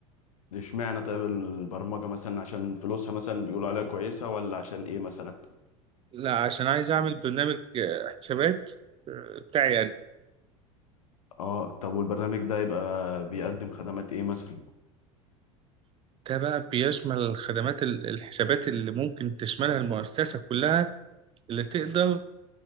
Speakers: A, on the left; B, on the right.
A: اشمعنى طيب البرمجة مثلا عشان فلوسها مثلا بيقولوا عليها كويسة ولا عشان ايه مثلا
B: لا عشان عايز أعمل برنامج آه، حسابات آه، بتاعي أنا
A: اه طب والبرنامج ده يبقى بيقدم خدمات ايه مثلا
B: ده بقى بيشمل خدمات ال- الحسابات اللي ممكن تشملها المؤسسة كلها اللي تقدر